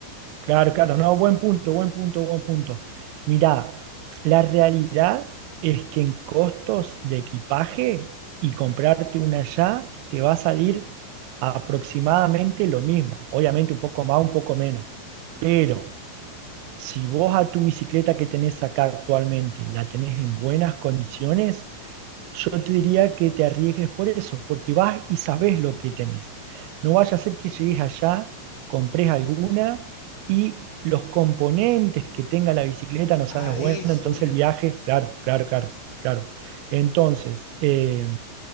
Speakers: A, on the right; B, on the left.
A: Claro, claro, no, buen punto, buen punto, buen punto. Mirá, la realidad es que en costos de equipaje y comprarte una allá te va a salir aproximadamente lo mismo. Obviamente un poco más, un poco menos. Pero Si vos a tu bicicleta que tenés acá actualmente la tenés en buenas condiciones, yo te diría que te arriesgues por eso, porque vas y sabes lo que tenés. No vaya a ser que llegues allá, compres alguna y los componentes que tenga la bicicleta no sean
B: A
A: los buenos,
B: eso
A: entonces
B: iba.
A: el viaje, claro, claro, claro, claro. Entonces, eh,